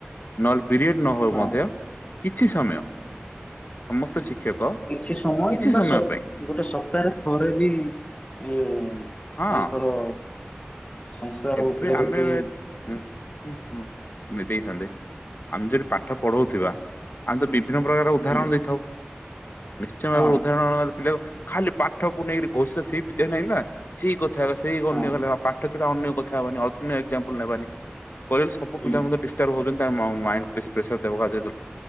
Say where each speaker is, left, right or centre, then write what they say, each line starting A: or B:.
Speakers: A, on the left; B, on the left.
A: ନହେଲେ ପିରିଏଡ଼ ନ ହଉ
B: ହଁ
A: ମଧ୍ୟ କିଛି ସମୟ। ସମସ୍ତ ଶିକ୍ଷକ
B: କିଛି ସମୟ
A: କିଛି
B: କିମ୍ବା
A: ପାଇଁ
B: ଗୋଟେ ସପ୍ତାହରେ ଥରେ ବି ଏ
A: ହଁ
B: ତାଙ୍କର ସଂସାର
A: ଏବେ
B: ଉପରେ
A: ଆମେ
B: ଯଦି
A: ହୁଁ <unintelligible> ଦେଇଥାନ୍ତେ ଆମେ ଯଦି ପାଠ ପଢଉଥିବା ଆମେ ତ ବିଭିନ୍ନ ପ୍ରକାର ଉଦାହରଣ
B: ହୁଁ
A: ଦେଇଥାଉ। ନିଶ୍ଚୟ ଭାବରେ
B: ହଁ
A: ଉଦାହରଣ ଖାଲି ପାଠକୁ ନେଇକରି ଘୋଷା ସେଇ ବିଦ୍ୟା ନାହିଁ ନା ସେଇ କଥା ହେବା ସେଇ ଅନ୍ୟ
B: ହଁ
A: ପାଠ ସେଟା ଅନ୍ୟ କଥା ହେବାନି ଅନ୍ୟ ଏକ୍ସାପଲ ନେବାନି। କହିଲେ ସବୁପିଲା
B: ହୁଁ
A: ମଧ୍ୟ ଦିଷ୍ଟର୍ବ ହଉଛନ୍ତି ତାଙ୍କ ମାଇଣ୍ଡକୁ ବେଶୀ ପ୍ରେସର ଦେବାକୁ